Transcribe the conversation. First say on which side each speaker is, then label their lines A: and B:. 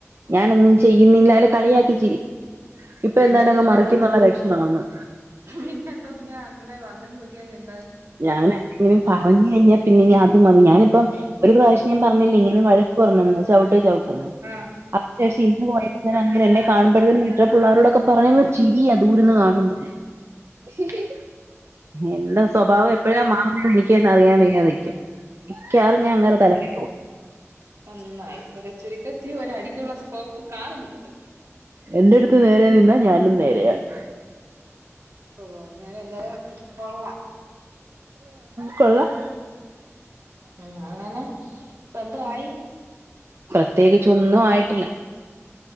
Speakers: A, on the right; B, on the right.
A: ഞാനൊന്നും ചെയ്യുന്നില്ലാലെ കളിയാക്കിച്ചിരി ഇപ്പൊ
B: പിന്നെ
A: എന്താണ്ട്
B: എന്തോതിനാ
A: അങ്ങ് മറിക്കുന്നുള്ള
B: അങ്ങോട്ട്
A: ലക്ഷണന്ന്
B: പിന്നെ എന്തോതിനാ അങ്കിളെ <unintelligible>
A: ഞാൻ എന്തെങ്കിലും പറഞ് കഴിഞ്ഞാൽ പിന്നെ അതും മതി ഞാനിപ്പം ഒരു പ്രാവിശ്യം ഞാൻ പറഞ്ഞില്ലേ ഇങ്ങനെ വഴക്ക് പറഞ്ഞെന്ന് ചവിട്ട് ചവിട്ട്ന്ന്
B: ആഹ്
A: അപ്പം പക്ഷെ ഇന്ന് പോയപ്പോ അങ്ങേര്എന്നെ കാണു ഇപ്പോഴും മറ്റേ പിള്ളോരോടൊക്കെ പറഞ്ഞ ങ്ങ് ചിരിയ അ ദൂരന്ന് കാണുമ്പോ തന്നെ എന്റെ സ്വഭാവം എപ്പോഴാ മാറുന്നേ എനിക്ക് തന്നെ അറിയാൻ വയ്യാതിരിക്ക മിക്കവാറും ഞാൻ അങ്ങേരെ തലക്കെട്ട് കൊ ട്ടും
B: നന്നായി നല്ല ചുരുക്കത്തി ഒര ടിക്കുള്ള സ്കോപ്പ് കാണുന്നുണ്ട്
A: എന്റെ അടുത്ത് നേരെ നിന്നാ ഞാനും നേരെയാണ്
B: ഓ ഞാൻ എന്തായാലും കൊള്ളാം
A: കൊള്ളാം
B: ഉ അങ്ങനെ ഇപ്പ എന്തോ ആയി
A: പ്രത്യേകിച്ചൊന്നും ആയിട്ടില്ല